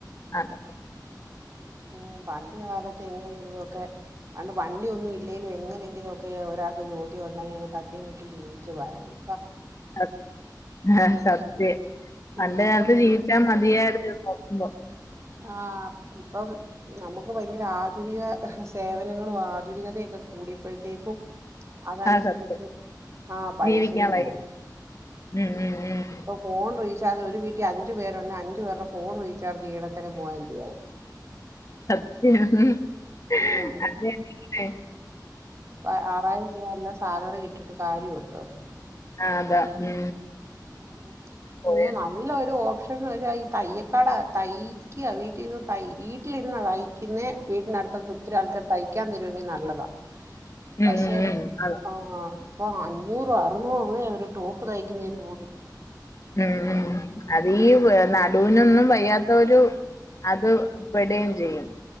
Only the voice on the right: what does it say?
ഉം പണ്ട് കാലത്ത് എങ്ങനെങ്കിലുമൊക്കെ പണ്ട് വണ്ടിയൊന്നും ഇല്ലേലും എങ്ങനെങ്കിലും ഒക്കെ ഒരാക്ക് ജോലിയൊണ്ടെങ്കിൽ അങ്ങ് തട്ടിയും മുട്ടിയ ജീവുച്ചു പോവായിര്ന്ന്
ഉം
ഇപ്പം
ആഹ് ഇപ്പം നമുക്ക് ഭയങ്കര ആധുനിക സേവനങ്ങളും ആധുനികതയൊക്കെ കൂടിയപ്പോഴത്തേക്കും അതനുസരിച്ച്
ആഹ് പൈസയും
കൂടി
ഇപ്പ ഫോൺ റീചാർജ് ഒരു വീട്ടി അഞ്ചു പേരുണ്ടെ അഞ്ചു പേരുടെ ഫോൺ റീചാർജ് ചെയ്യണെ തന്നെ മുവായിരം രൂപയാവും
ഉം.
അപ്പൊ ആറായിരം രൂപ എല്ലാം സാലറി കിട്ടിട്ട് കാര്യവുണ്ടോ
ഉം.
പിന്നെ നല്ലൊരു ഓപ്ഷൻ എന്ന് വെച്ചാ ഈ തയ്യക്കട തയ്ക്ക വീട്ടിൽന്ന് തയ്യീ വീട്ടിര്ന്നാ തൈയിക്കുന്നേ വീട്ടിനടു ഒത്തിരി ആൾക്കാർ തയ്ക്കാൻ തരുവെങ്കിൽ നല്ലതാ
പക്ഷെ
ആഹ് ഇപ്പൊ അഞ്ഞൂറ് അറുന്നൂറ് രൂപയ ഒരു ടോപ്പ് തയ്ക്കുന്നതിന് പോലും